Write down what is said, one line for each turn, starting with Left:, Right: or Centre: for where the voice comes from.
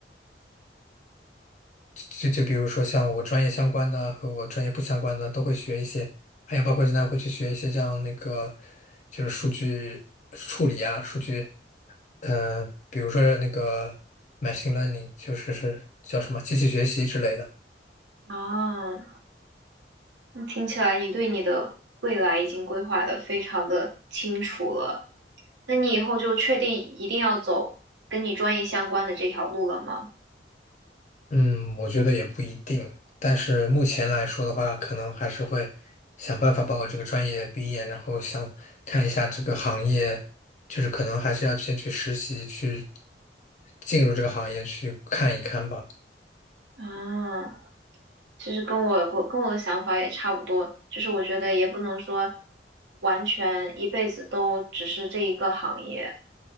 Left: 就就比如说像我专业相关的和我专业不相关的都会学一些，还有包括现在会去学一些像那个，就是数据处理啊，数据，呃，比如说那个 machine learning，就是是叫什么机器学习之类的。
Right: 啊，那听起来你对你的未来已经规划的非常的清楚了。那你以后就确定一定要走跟你专业相关的这条路了吗？
Left: 嗯，我觉得也不一定，但是目前来说的话，可能还是会想办法把我这个专业毕业，然后想看一下这个行业，就是可能还是要先去实习，去进入这个行业去看一看吧。
Right: 啊，其实跟我我跟我的想法也差不多，就是我觉得也不能说完全一辈子都只是这一个行业，